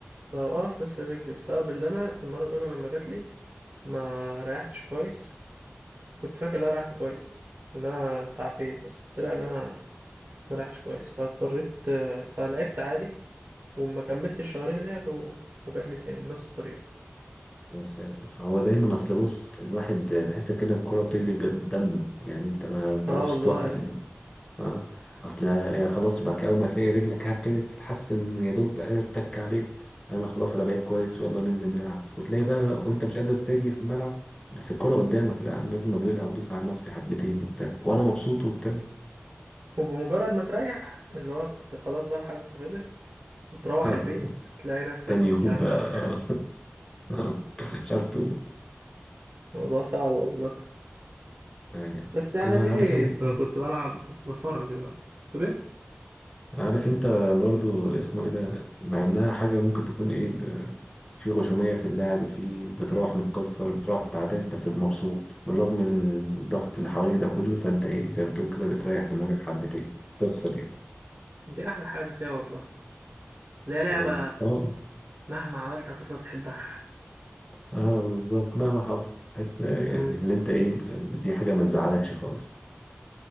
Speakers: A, on the right (about 55°); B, on the left (about 15°).
A: ما هو اه في نفس الرجل بسبب اللي أنا المرة الأولى لما جاتلي ما ريحتش كويس كنت فاكر إن أنا ريحت كويس إن أنا تعافيت بس طلع إن أنا ما ريحتش كويس فاضطريت فلعبت عادي وما كملتش شهرين لعب و- وجاتلي تاني بنفس الطريقة
B: يا ساتر هو دايما اصل بص الواحد تحس كده الكرة بتجري بجد دمه يعني انت ما بتعرفش
A: اه والله
B: توقف ال- اه اصل يا خلاص بقى اول ما تلاقي رجلك هبتدت تتحسن يا دوب قادر تك عليه انا خلاص انا بقيت كويس ويلا ننزل نلعب وتلاقي بقى وانت مش قادر تجري في الملعب بس الكرة قدامك لا انا لازم اجري لها وادوس على نفسي حبتين وبتاع وانا مبسوط وبتاع
A: وبمجرد ما تريح اللي هو ت- خلاص بقى الحجز خلص وتروح
B: <laughs>
A: البيت تلاقي نفسك
B: تاني
A: متدغدغ
B: يوم بقى <laughs> مش عارف تقوم
A: الموضوع صعب والله
B: ايوه
A: بس انا
B: هو عارف
A: ديني
B: انت
A: ب... كنت بلعب بس بتفرج دلوقتي تقول ايه
B: عارف انت برضو اسمه ايه ده مع انها حاجة ممكن تكون ايه ب... في غشومية في اللعب في بتروح متكسر بتروح تعبان بس مبسوط بالرغم من الضغط اللي حواليك ده كله فانت ايه زي ما بتقول كده بتريح دماغك حبتين تفصل يعني
A: دي احلى حاجه فيها والله لا لعبه
B: اه طبعا
A: مهما عملت هتفضل تحبها
B: اه بالظبط مهما حصل بس يعني
A: <laughs> مم.
B: اللي انت ايه دي حاجة ما تزعلكش خالص